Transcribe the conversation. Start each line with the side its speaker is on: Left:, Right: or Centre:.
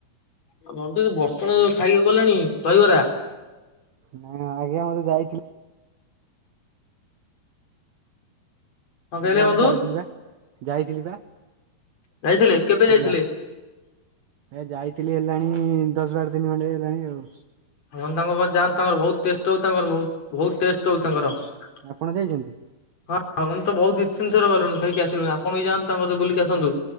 Left: ଆ ବନ୍ଧୁ ବର୍ଷ ଆପଣ ଖାଇବାକୁ ଗଲେଣି ଦହିବରା?
Right: ନା ଆଗ ମୁଁ ଯାଇଥିଲି
Left: କଣ କହିଲେ
Right: ଆଜ୍ଞା ମୁଁ
Left: ବନ୍ଧୁ
Right: ଯାଇଥିଲି ବା ଯାଇଥିଲି ବା
Left: ଯାଇଥିଲେ
Right: ଆଜ୍ଞା।
Left: କେବେ ଯାଇଥିଲେ?
Right: ସେ ଯାଇଥିଲି ହେଲାଣି ଦଶ ବାର ଦୀନି ଖଣ୍ଡେ ହେଲାଣି ଆଉ।
Left: ଆପନ ତାଙ୍କ ପାଖୁ ଯାନ୍ତୁ ତାଙ୍କର ବହୁତ ଟେଷ୍ଟ ହଉ ତାଙ୍କର ବହୁତ। ବହୁତ ଟେଷ୍ଟ ହଉ ତାଙ୍କର ହଁ
Right: ଆପଣ ଯାଇଛନ୍ତି?
Left: ଆମେନ ତ ବହୁତ ଦି ତିନ ଥର ଗଲୁଣି ଖାଇକି ଆସିଲୁଣି ଆପଣ ବି ଯାନ୍ତୁ ତାଙ୍କ କଥି ବୁଲିକି ଆସନ୍ତୁ।